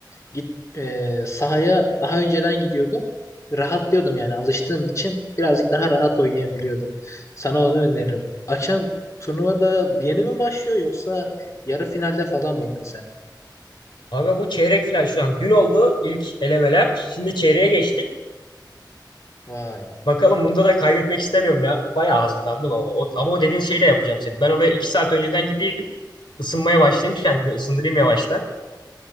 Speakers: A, on the left; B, on the left.
A: Git e, sahaya daha önceden gidiyordum. Rahatlıyordum yani alıştığım için birazcık daha rahat oynayabiliyordum. Sana onu öneririm. Akşam Turnuvada yeni mi başlıyor yoksa yarı finalde falan mıydın sen?
B: Aga bu çeyrek final şu an. Dün oldu ilk elemeler. Şimdi çeyreğe geçtik.
A: Vay.
B: Bakalım bunda da kaybetmek istemiyorum ya. Bayağı hazırlandım ama o, ama o dediğin şeyi de yapacağım senin. Ben oraya iki saat önceden gideyim. Isınmaya başlayayım. Kendimi ısındırayım yavaştan.